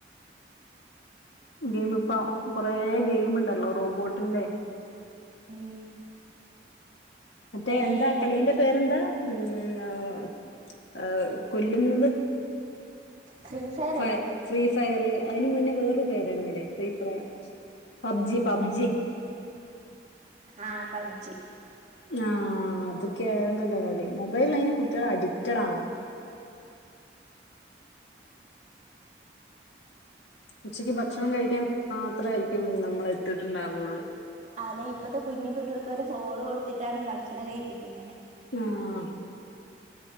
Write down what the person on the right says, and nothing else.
ഉം
ഏ
ഐ
വന്നത്
free fire
ആഹ് പബ്ജി
അതെ ഇപ്പത്തെ കുഞ്ഞു ക്കുട്ടിയേൾക്കൊരു ഫോൺ കൊടുത്തിട്ടാണ് ഭക്ഷണം കഴിപ്പിക്കുന്നത്